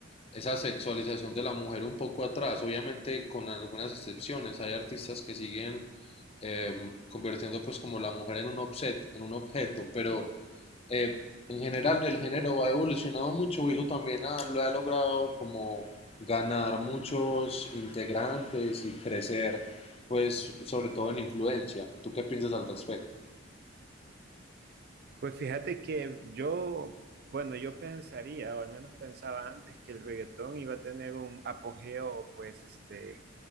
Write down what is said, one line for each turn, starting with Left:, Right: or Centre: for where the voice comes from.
Left: esa sexualización de la mujer un poco atrás, obviamente con algunas excepciones. Hay artistas que siguen em, convirtiendo pues como la mujer en un objeto, en un objeto, pero eh, en general el género ha evolucionado mucho y eso también ha- lo ha logrado como ganar muchos integrantes y crecer, pues sobre todo en influencia. ¿Tú qué piensas al respecto?
Right: Pues fíjate que yo bueno, yo pensaría, o al menos pensaba antes, que el reggaetón iba a tener un apogeo, pues, este,